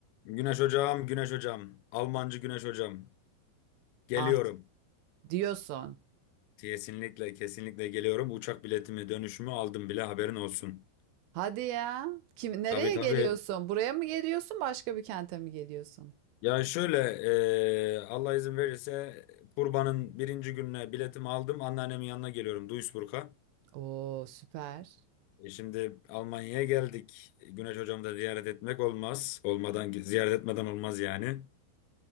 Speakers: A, on the left; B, on the right.
A: Güneş hocam, Güneş hocam. Almancı Güneş hocam. Geliyorum.
B: Ah diyorsun.
A: Kesinlikle, kesinlikle geliyorum. Uçak biletimi, dönüşümü aldım bile haberin olsun.
B: Hadi ya. Kim nereye
A: Tabii tabii.
B: geliyorsun? Buraya mı geliyorsun? Başka bir kente mi geliyorsun?
A: Ya şöyle, e, Allah izin verirse kurbanın birinci gününe biletimi aldım. Anneannemin yanına geliyorum Duisburg'a.
B: Oo süper.
A: E şimdi Almanya'ya geldik. Güneş hocamı da ziyaret etmek olmaz. Olmadan, ziyaret etmeden olmaz yani.